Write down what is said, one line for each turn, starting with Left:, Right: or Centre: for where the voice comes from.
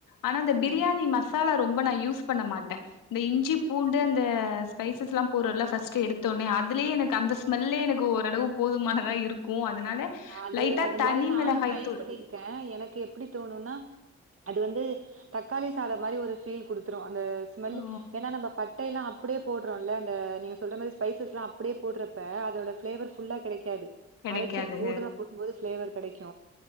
Left: ஆனா இந்த பிரியாணி
Right: ஆ
Left: மசா லா ரொம்ப நா யூஸ் பண்ண மாட்டே இந்த இஞ்சி பூண்டு அந்த ஸ்பைசஸ் எல்லா போறோம்ல ஃபர்ஸ்ட் எடுத்தோனே அதுலே எனக்கு அந்த ஸ்மெல்லே எனக்கு ஓரளவு போதுமானதா இருக்கு அதனால
Right: அது
Left: லைட்டா
Right: அது
Left: தனி
Right: மாரி நானு
Left: மிளகாய்
Right: ட்ரை
Left: தூள்
Right: பண்ணி ர்க்கே எனக்கு எப்டி தோணுன்னா அது வந்து தக்காளி சாதம் மாரி ஒரு ஃபீல் குடுத் ரு அந்த ஸ்மெல்
Left: ஓ
Right: ஏன்னா நம்ப பட் டைல்லா அப்டே போடுறோல்ல அந்த நீங்க சொல்ற மாரி ஸ்பைஸ்லா அப்டே போட்றப்ப அதோட ஃபிளேவர் ஃபுல்லா கெடைக்காது
Left: கெடக்காது
Right: அரைச்சு பவுடரா போடும்போது ஃப்ளேவர் கெடக்கு